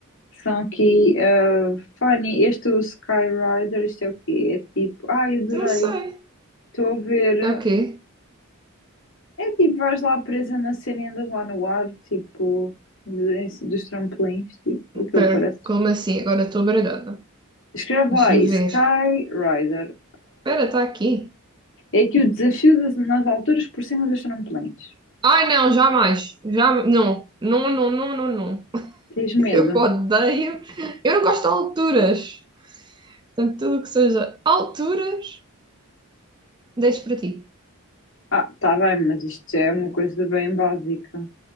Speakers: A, on the left; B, on the right.
A: que são aqui ah, funny. Este do Skyrider, isto é o quê? É tipo, ai, adorei,
B: Não sei.
A: estou a ver.
B: É o quê?
A: É tipo, vais lá presa na cena e andas lá no ar, tipo, de- dos trampolins, tipo,
B: Espera,
A: aquilo parece.
B: como assim? Agora estou baralhada.
A: Escreve
B: Deixa-me
A: lá aí,
B: ver.
A: Skyrider.
B: Espera, está aqui.
A: É que o desafio das, nas alturas por cima dos trampolins.
B: Ai, não, jamais. Já, não. Não, não, não, não, não. <laughs>
A: Tens medo?
B: Eu odeio. Eu não gosto de alturas. Portanto, tudo o que seja alturas, deixo para ti.
A: Ah, tá bem, mas isto já é uma coisa bem básica.